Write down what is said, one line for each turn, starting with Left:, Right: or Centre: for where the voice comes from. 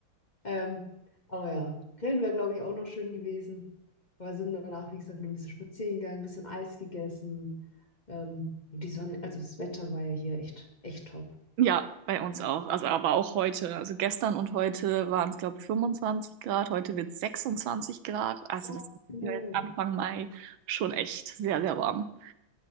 Left: Ähm, aber ja, Grillen wäre, glaube ich, auch noch schön gewesen. Aber sind danach, wie gesagt, nur ein bisschen spazieren gegangen, ein bisschen Eis gegessen. Ähm, und die Sonne, also das Wetter war ja hier echt, echt top.
Right: ja, bei uns auch. Also aber auch heute. Also gestern und heute waren es, glaube ich, 25 Grad. Heute wird es 26 Grad. Also
Left: Oh,
Right: das ist
Left: toll.
Right: für jetzt Anfang Mai schon echt sehr, sehr warm.